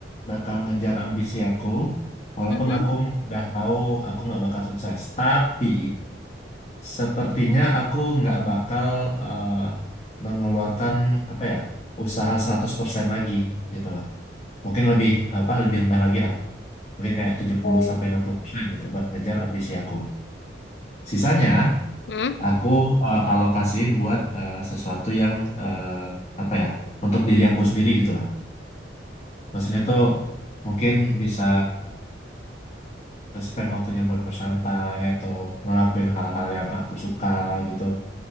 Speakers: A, on the left; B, on the left.
A: bakal ngejar ambisi aku, walaupun
B: Mm-mm.
A: aku udah tahu aku nggak bakal sukses. Tapi sepertinya aku nggak bakal eh, mengeluarkan apa ya usaha 100% lagi gitu loh. mungkin lebih apa lebih rendah lagi lah mungkin kayak tujuh puluh
B: Oh.
A: sampai enam puluh persen gitu buat ngejar ambisi aku sisanya
B: Mm.
A: aku eh, alokasiin buat eh, sesuatu yang eh, apa ya untuk diri aku sendiri gitulah maksudnya tuh mungkin bisa <clears throat> spend waktunya buat bersantai atau ngelakuin hal-hal yang aku suka gitu